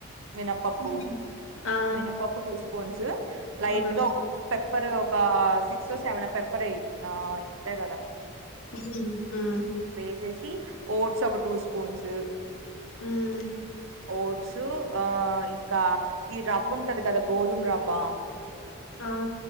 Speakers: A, on the right (about 75°); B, on the left (about 70°).
A: మినప్పప్పు
B: హ్మ్. ఆ!
A: మినపప్పు టూ స్పూన్స్ లైట్
B: ఆ!
A: గా ఒక పెప్పర్ ఒక సిక్సో, సెవెనో పె ప్పరేయ్ అయి ఉంటయి కదా
B: మ్మ్ ఆఁ
A: న్సేసి ఓట్స్ ఒక టూ స్పూన్సు
B: మ్మ్
A: ఓట్స్ ఆ ఇంకా ఈ రవ్వ ఉంటది కదా గోధుము రవ్వ
B: ఆ!